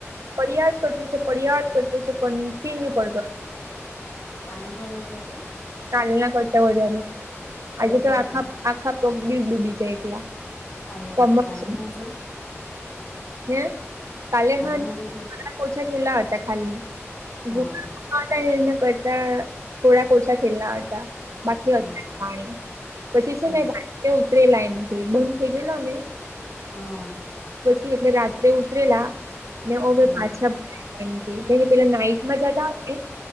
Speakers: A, on the right; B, on the left.
A: ફરિયાદ કરત છે ફરિયા જ કરત છે. પડતો
B: પાણી ભરાઈ ગયા કે
A: કાલ ના કરતા વધારે આજે
B: વધારે
A: તો આખા
B: ભ
A: આખા તોગ બીબડુબી છે, એકલા
B: આઈ
A: કમર
B: હ તો કાલે
A: સુધી
B: મજે
A: હે કાલે હા મા
B: હાજે કે
A: પોછા ખેલા હતા ખલી.
B: હા
A: નિ ન કરતા થોડા કોસાા ખેલના આવ હતા. બાકી
B: હા
A: અત પાણી પછી
B: તે
A: છે ને ઉતરે લાઈન થી બંધ થઈ ગયેલો ને
B: હા
A: પછી એટલે રાત્રે ઉતરેલા ને હવે
B: હા
A: પાછા કે પેલા નાઈટમાં જતા હો,